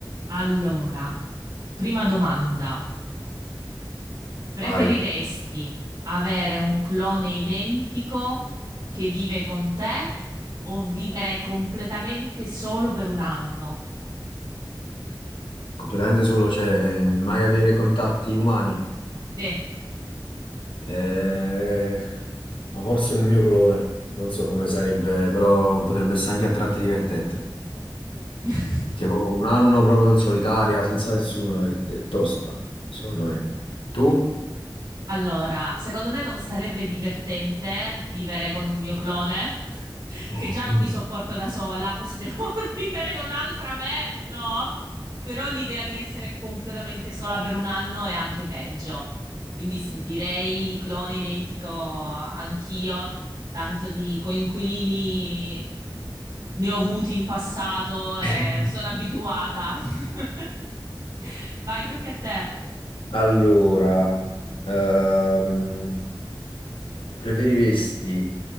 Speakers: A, on the right (about 70°); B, on the left (about 85°).
A: Allora, prima domanda. Preferiresti
B: Vai,
A: avere un clone identico che vive con te o vivere completamente solo per un anno?
B: completamente solo, cioè mai avere contatti umani.
A: Te.
B: Eh, ma forse un mio clone, non so come sarebbe, però potrebbe essere anche a tratti divertente.
A: <laughs>
B: Che ho un anno proprio in solitaria, senza nessuno, è, è tosta, secondo me. Tu?
A: Allora, secondo me non sarebbe divertente vivere con un mio clone, <laughs>
B: <clears throat>
A: che già non mi sopporto da sola, poi se devo <laughs> vivere con un'altra me, no. Però l'idea di essere completamente sola per un anno è anche peggio. Quindi sì, direi clone identico a- anch'io, tanto di coinquilini ne ho avuti in passato e
B: <laughs>
A: sono abituata. <laughs> Vai, tocca a te.
B: Allora, ehm, Preferiresti